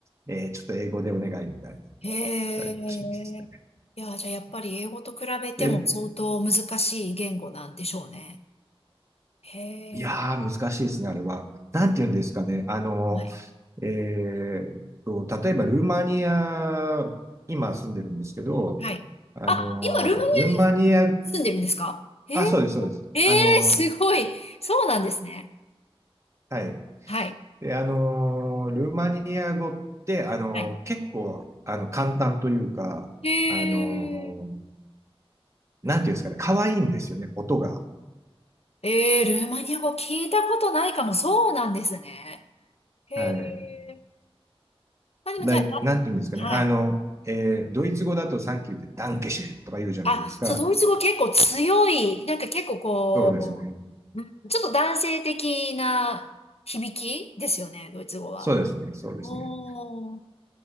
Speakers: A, on the right; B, on the left.
A: えーちょっと英語でお願いみたいになっ
B: へ
A: たりかしますね。
B: え。いや、じゃあやっぱり英語と比べても相当難しい言語なんでしょうね。
A: で、
B: へえ。
A: いやー、難しいですね、あれは。なんて言うんですかね。あの、
B: はい
A: えーっと、例えばルーマニア、今住んでるんですけど、
B: はい。
A: あの、
B: あ、今、ルーマニアに住んでるんですかへえ、
A: ルーマニア、あ、そうです、そうです。
B: ええすごい。
A: あの、
B: そうなんですね。
A: はい。
B: はい。
A: で、あの、ルーマニア語って、あの、
B: はい。
A: 結構、あの、簡単というか、
B: へえ、
A: あの、なんていうんですかね、可愛いんですよね、音が。
B: ええルーマニア語聞いたことないかも。そうなんですね。へ
A: はい。
B: え。まあでもじゃあ、
A: でなんていうんですかね、
B: はい。
A: あの、えードイツ語だとサンキューってダンケシェとか言うじゃないですか。
B: あ、そう、ドイツ語結構強い。なんか結構こう、
A: そうですね。
B: うんちょっと男性的な響きですよね、ドイツ語は。
A: そうですね。そうですね。
B: おー。